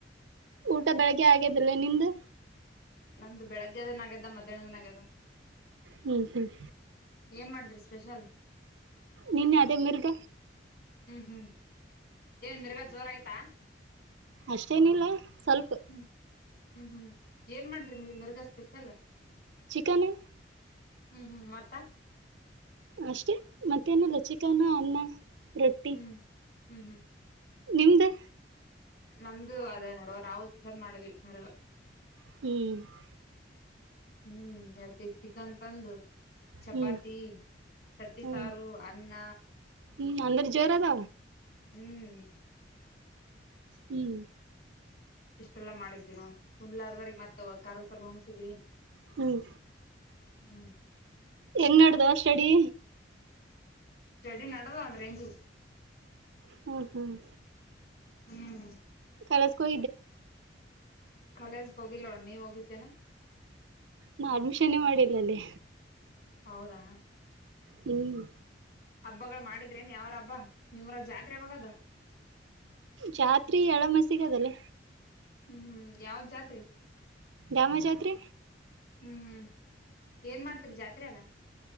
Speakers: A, on the right; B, on the left.
A: ಊಟ ಬೆಳಗ್ಗೆ ಆಗೆದ್ರಿಲ್ಲ ನಿಂದು.
B: ನಮ್ದು ಬೆಳಗ್ಗೆದನ ಆಗ್ಯದ ಮಧ್ಯಾಹ್ನದನ ಆಗ್ಯದ.
A: ಹ್ಮ್ ಹ್ಮ್.
B: ಏನ್ ಮಾಡಿದ್ರಿ ಸ್ಪೆಷಲ್.
A: ನಿನ್ನೆ ಅದೆ ಮಿರ್ಗ.
B: ಹ್ಮ್ ಹ್ಮ್ ಏನ್ ಮಿರ್ಗಾ ಜೋರ್ ಅಗೆತ.
A: ಅಷ್ಟೇನಿಲ್ಲ ಸ್ವಲ್ಪ.
B: ಹ್ಮ್ ಹ್ಮ್ ಹ್ಮ್ ಏನ್ ಮಾಡಿದ್ರಿ ಮ್ ಮಿರ್ಗಾ ಸ್ಪೆಷಲ್.
A: ಚಿಕನು.
B: ಹ್ಮ್ ಹ್ಮ್ ಮತ್ತ.
A: ಅಷ್ಟೇ ಮತ್ತೇನುಲ್ಲ ಚಿಕನ್ನು ಅನ್ನ. ರೊಟ್ಟಿ
B: ಹ್ಮ್ ಹ್ಮ್ ಹ್ಮ್.
A: ನಿಮ್ದ.
B: ನಮ್ದು ಅದೇ ನೋಡುವ ನಾವು ಚಂಕನ್ ಮಾಡಿದ್ವಿ ಮಿರ್ಗ.
A: ಹ್ಮ್.
B: ಹ್ಮ್ ಎರ್ಡ್ ಪೀಸ್ ಚಿಕನ್ ತಂದು. ಚಪಾತಿ
A: ಹ್ಮ್
B: ತಟಿ
A: ಹ್ಮ್
B: ಸಾರು ಅನ್ನ.
A: ಹ್ಮ್ ಅಂದ್ರೆ ಜೋರದ.
B: ಹ್ಮ್.
A: ಹ್ಮ್.
B: ಇಷ್ಟೆಲ್ಲಾ ಮಾಡಿದ್ವಿ ನೊಡು ಉಂಡ್ಲಾರ್ದರಿಗ್ ಮತ್ತ ಕರ್ದ ಕರ್ದ ಉಣ್ಸಿದ್ವಿ.
A: ಹ್ಮ್
B: ಹ್ಮ್ಮ್.
A: ಎನ್ಡ್ದ ಸ್ಟಡಿ
B: ಸ್ಟಡಿ ನಡದ ಒಂದ್ರ ರೇಂಜ್
A: ಹ್ಮ್ ಹ್ಮ್
B: ಹ್ಮ್
A: ಕಲಸಕೋ
B: ಕಲೇಜ್ಗೆ ಹೋಗಿಲ್ಲೋಣ್ಣ ನೀವ ಹೋಗಿದ್ದೇನಾ
A: ನಾ ಅಡ್ಮಿಷನ್ ಮಾಡಿಲ್ಲಲ್ಲಿ
B: ಹೌದಾ
A: ಹ್ಮ್
B: ಹಬ್ಬಗಳು ಮಾಡಿದ್ರೇನ್ ಯಾವ್ರ ಹಬ್ಬ ನಿಮ್ಮರ ಜಾತ್ರೆ ಯಾವಾಗದ
A: ಜಾತ್ರೆ ಎಳ ಮಸಿಗ ಅದಲ್ಲ
B: ಹ್ಮ್ ಹ್ಮ್ ಯಾವತ್ ಜಾತ್ರಿ
A: ದ್ಯಾಮ ಜಾತ್ರೆ
B: ಹ್ಮ್ ಹ್ಮ್ ಏನ್ ಮಾಡ್ತರಿ ಜಾತ್ರೆ ಅಲ್ಲ